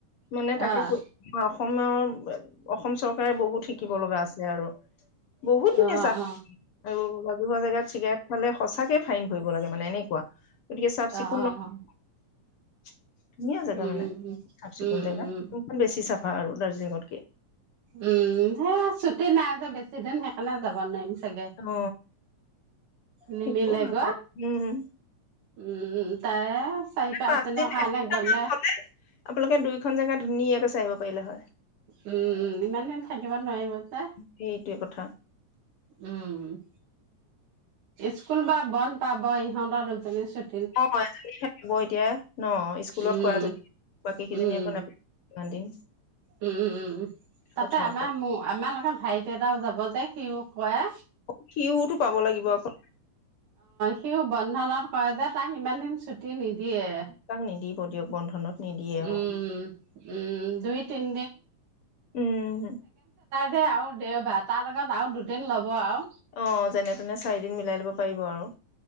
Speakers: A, on the left; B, on the right.
A: মানে তাকে
B: আহ
A: কৈ অসমৰ অসম চৰকাৰে বহুত শিকিব লগা আছে আৰু বহুত ধুনীয়া
B: আহ
A: চ অ ল বিহুৱা জোগাত চিগাৰেট খালে সঁচাক ফাইন কৰিবৰি লাগে মানে এনেকুৱা তিকে চফ চিকুণ
B: অ অ
A: ন <inaudible>
B: অ
A: ধুনীয়া জেগা
B: উম
A: মানে চাফ চিকুণ
B: উম
A: জেগা
B: উম
A: চিকখন বেছি চাফ আৰু দাৰ্জিলিঙত কি
B: উম সে ছুটি নাই যে বেছিদিন সেইকাৰণে যাব নোৱাৰিম চাগে
A: অম
B: নিমিলে
A: সেইটো ভাল
B: গৈ
A: উম
B: উম তাই চাৰি
A: পাঁচ
B: দিনৰ
A: দিন
B: কাৰণে
A: এসপ্তাহ
B: গ'লে
A: মান হলে আপোনালোকে দুইখন জেগা ধুনীয়াকে চাইিব পাৰিলে হয়
B: উম ইমান দিন থাকিব নোৱাৰিব তই
A: সেইটোৱে কথা
B: উম উম স্কুল বা বন্ধ পাব ইহঁতৰ দুয়োজনী ছোৱালী
A: অ এজনী থাকিব এতিয়া ন স্কুলত
B: উম
A: খজনী বাকী কেইজনী
B: উম
A: একো ন ইমান দিন
B: উম উমম তাতে
A: কথা
B: আমাৰ
A: আকৌ
B: ম আমাৰ লগত ভাইটি এটাও যাব সিও কয়
A: অ সিতটো পাব লাগিব আকৌ
B: সি বন্ধনত কয় যে তাক ইমান দিন ছুটি নিদিয় দে
A: তাক নিদিব দিয়ক বন্ধনত নিদিয়ে
B: উম
A: অ
B: উম তি টাই
A: উম
B: দে আৰু দেওবাৰ তাৰ লগত আৰু দুদিন ল'ব আৰু
A: অ যেনে তেনে চাৰিদিন মিলাই লব পাৰিব আৰু